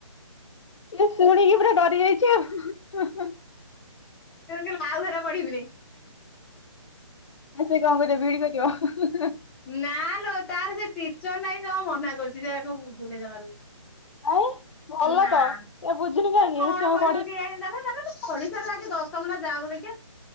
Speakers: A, on the left; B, in the centre.
A: ମୁଁ ଶୁଣିକି ପୁରା ଡରି ଯାଇଛି ଆଉ
B: <unintelligible> ମା ଘରେ ପଢ଼ିବି ନି।
A: ଆ ସେ କଣ କରଦ ଭିଡି କରିବ <unintelligible>
B: ନାଲୋ ତାର ସେ ଟିଚର ନାଇଁ ଯମା ମନା କରୁଛି ସେ ତା ବୁଝୁନି ଜମାରୁ।
A: କାଇଁ ଭଲ
B: ନା
A: ତ ଏ ବୁଝୁନି କାହିଁକି
B: ଏଟା କଣ
A: ସେ ଛୁଆଙ୍କୁ
B: କରିବ
A: ପଢି
B: କେଆନି? <unintelligible> ପଢ଼ି ସାରୁ ଆଗେ ଦଶମ ଯାଉ ଦେଖିବା।